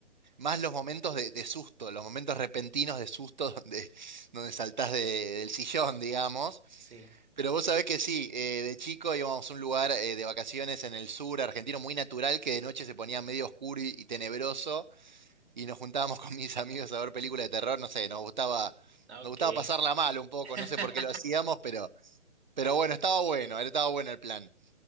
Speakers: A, on the right; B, on the right.
A: más los momentos de, de susto, los momentos repentinos de susto <laughs> donde, donde saltás de- del sillón, digamos.
B: Sí,
A: Pero vos sabés que sí, eh, de chico íbamos a un lugar eh, de vacaciones en el sur argentino muy natural que de noche se ponía medio oscuro y, y tenebroso y nos juntábamos <laughs> con mis amigos a ver películas de terror, no sé, nos gustaba,
B: ah, ok.
A: nos gustaba pasarla mal un poco,
B: <laughs>
A: no sé por qué lo hacíamos, pero, pero bueno, estaba bueno, estaba bueno el plan.